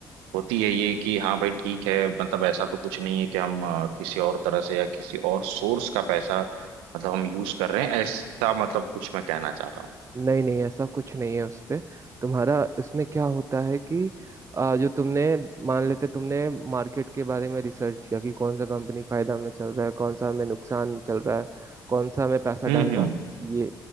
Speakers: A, on the right; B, on the right.
A: होती है ये कि हाँ भाई ठीक है मतलब ऐसा तो कुछ नहीं है कि हम अ, किसी और तरह से या किसी और सोर्स का पैसा मतलब हम यूज कर रहे हैं ऐसा मतलब कुछ मैं कहना चाह रहा हूँ
B: नहीं नहीं ऐसा कुछ नहीं है उस पे तुम्हारा इसमें क्या होता है कि आ, जो तुमने मान लेते तुमने मार्केट के बारे में रिसर्च किया कि कौन सा कंपनी फायदा में चल रहा है कौन सा हमें नुकसान चल रहा है कौन सा हमें पैसा
A: हम्म
B: डालना
A: हम्म
B: ये